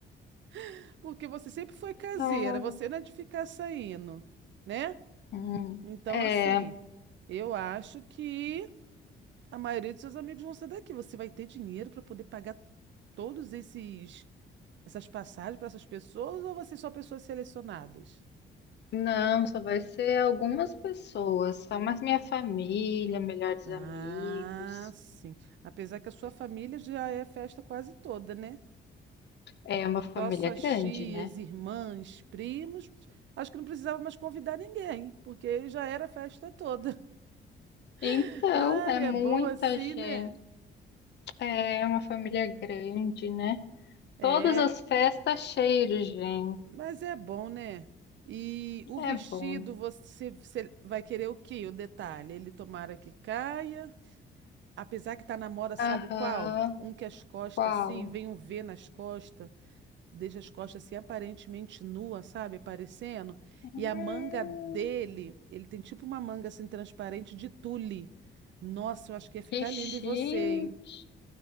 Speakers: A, on the right; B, on the left.
A: <laughs> Porque você sempre foi caseira,
B: Ai.
A: você não é de ficar saindo, né?
B: Hum.
A: Então,
B: É.
A: assim, eu acho que a maioria dos seus amigos vão ser daqui. Você vai ter dinheiro para poder pagar todos esses essas passagens para essas pessoas ou você só pessoas selecionadas?
B: Não, só vai ser algumas pessoas, só mais minha família, melhores
A: Ah,
B: amigos.
A: sim. Apesar que a sua família já é festa quase toda, né?
B: É uma família
A: Só as suas
B: grande,
A: tias,
B: né?
A: irmãs, primos. Acho que não precisava mais convidar ninguém, porque já era a festa toda.
B: Então,
A: <laughs> Ai,
B: é muita
A: é bom assim,
B: gente.
A: né?
B: É uma família grande, né?
A: É,
B: Todas as festas cheias de gente.
A: mas é bom, né? E o vestido,
B: É bom.
A: você, você vai querer o quê? O detalhe, ele tomara que caia. Apesar que tá na moda, sabe
B: Aham.
A: qual? Um que as costas,
B: Qual?
A: assim, vem um V nas costas. deixa as costas assim aparentemente nua, sabe? Aparecendo.
B: Hum,
A: E a manga dele, ele tem tipo uma manga assim transparente de tule. Nossa, eu acho que ia ficar
B: que chique.
A: lindo. E você, hein?